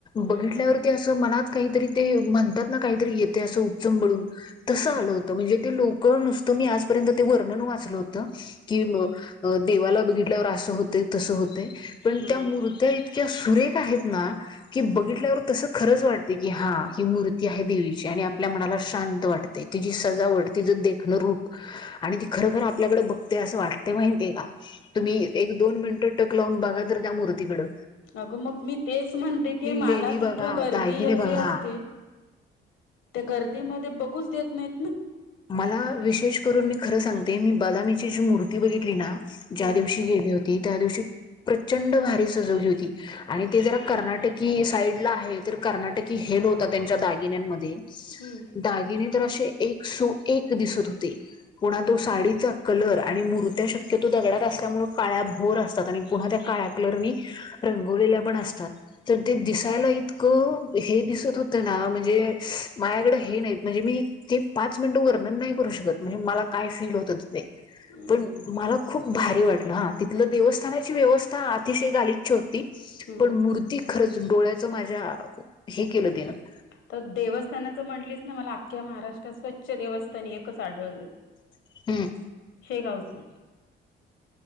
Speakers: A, on the left; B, on the left.
A: बघितल्यावरती
B: हम्म
A: अस मला काहीतरी ते म्हणतात ना काहीतरी येते अस उपचबळून तसं
B: हम्म
A: आलं होतं म्हणजे ते लोक नुसतं मी आजपर्यंत ते वर्णन वाचलं होतं की,
B: हम्म
A: देवाला बघितल्यावर असं होते तसं होते पण
B: हम्म
A: त्या मूर्त्या इतक्या सुरेख आहेत ना, की बघितल्यावर तस खरंच वाटते की हा ही मूर्ती आहे देवीची आणि आपल्या मनाला शांत वाटते तिची सजा ओढते. तिचं देखणं रूप आणि
B: हम्म
A: ती खरखर आपल्याकडे बघते असं वाटते माहिती आहे का तुम्ही
B: हम्म
A: एक दोन मिनिटं टक लावून बघा तर त्या मूर्तीकडें
B: अगं मग मी तेच म्हणते की मला
A: लेणी
B: तिथं
A: बघा
B: गर्दी
A: दागिने
B: एवढी
A: बघा
B: असते. ते गर्दीमध्ये बघूच देत नाही.
A: मला विशेष करून मी खरं सांगते मी बदामीची जी मूर्ती बघितली ना
B: हम्म
A: ज्या दिवशी गेले होती. त्या दिवशी प्रचंड भारी सजवली होती आणि
B: हम्म
A: ते जरा कर्नाटक क साईड आहे तर कर्नाटकी हेल होता त्यांच्या दागिनमध्ये
B: हम्म
A: दागि <inaudible> तरे एक सो एक दिसत होते पुणा तो साडीचा <inaudible> कलर आणि मुरत्या शक्यतो दगडात असल्यामुळे काळ्या भोर असतात आणि पुन्हा त्या काळ्या कलरनी <inaudible> रंगवलेल्या पण असतात तर ते दिसायला इतकं हे दिसत होतं ना म्हणजे <inaudible> माझ्याकडं हे नाहीत म्हणजे मी ती <inaudible> पाच मिनिटं वर्णन नाही करू शकत म्हणजे मला काय फील होत नाही
B: हम्म
A: पण मला खूप <inaudible> भारी वाटलं हा तिथलं देवस्थानाची व्यवस्था अतिशय गालीच्छ होती
B: हम्म
A: पण मूर्ती <inaudible> खरंच डोळ्याचं माझ्या हे केलं तिनं <inaudible>
B: तर देवस्थानाच म्हटलीच ना मला आखक्या महाराष्ट्र <inaudible> स्वच्छ देवस्थान एकच आढळलं <inaudible>
A: <inaudible> हम्म
B: शेगावचं